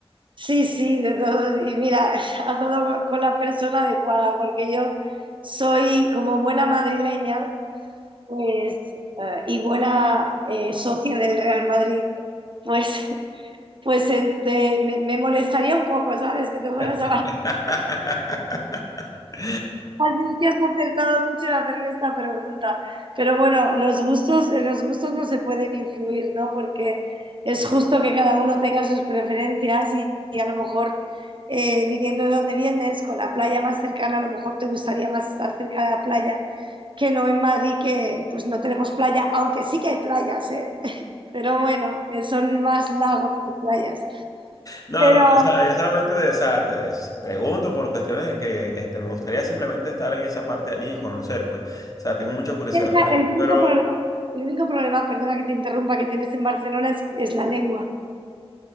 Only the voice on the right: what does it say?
Sí, sí, de todo. Y mira, <laughs> has dado con la persona adecuada, porque yo soy como buena madrileña, pues, eh, y buena eh, socia del Real Madrid, pues, <laughs> pues ente- me, me molestaría un poco, ¿sabes? Que te fueras
a Así es que has acertado mucho en hacerme esta pregunta. Pero bueno, los gustos, en los gustos no se pueden influir, ¿no? Porque es justo que cada uno tenga sus preferencias y, y a lo mejor eh, viniendo de donde vienes, con la playa más cercana, a lo mejor te gustaría más estar cerca de la playa que no en Madrid, que pues no tenemos playa, aunque sí que hay playas, ¿eh? Pero bueno, eh, son más lagos que playas.
Pero
Piensa,
El
único
problema, el único problema, perdona que te interrumpa, que tienes en Barcelona es, es la lengua,